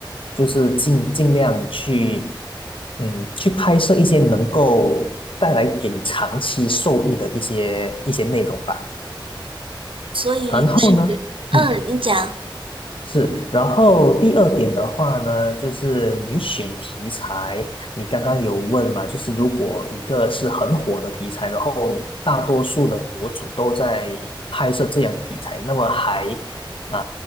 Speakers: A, on the left (about 80°); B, on the right (about 85°).
A: 就是尽尽量去嗯去拍摄一些能够带来给你长期受益的一些一些内容吧。
B: 所以就是嗯，
A: 然后呢，嗯。
B: 你讲，
A: 是，然后第二点的话呢，就是你选题材，你刚刚有问嘛，就是如果一个是很火的题材，然后大多数的博主都在拍摄这样的题材，那么还啊